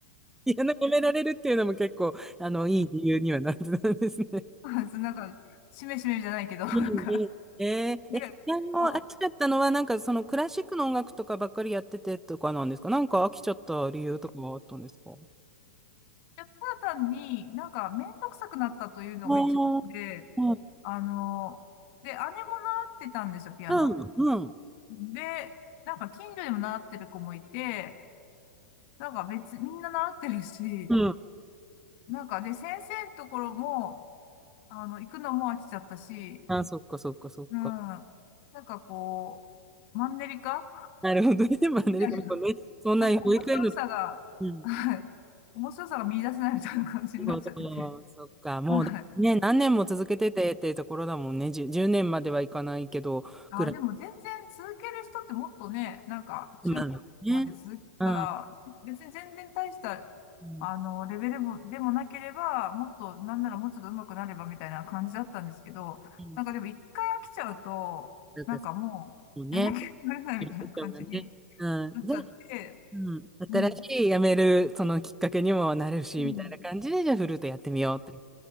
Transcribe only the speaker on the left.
なんか、しめしめじゃないけど、なんか、
で、
そう、
いや、ただ単になんかめんどくさくなったというのが一番で、
あの、で、姉も習ってたんですよ、ピアノ。
で、なんか近所にも習ってる子もいて、なんか別、みんな習ってるし、
なんか、で、先生のところも、あの、行くのも飽きちゃったし、
うん。なんかこう、マンネリ化
みたいな。
なんか面白さが、
はい。面白さが見出せないみたいな感じになっちゃってて。
はい。
あ、
でも全然続ける人ってもっとね、なんか中高まで続けたら、
別に全然大した、
あの、レベルも、でもなければ、もっと、なんならもうちょっと上手くなればみたいな感じだったんですけど、
なんかでも一回飽きちゃうと、
なんかもう、
やる気になれないみたいな感じに
なっちゃって、
うん、
うん、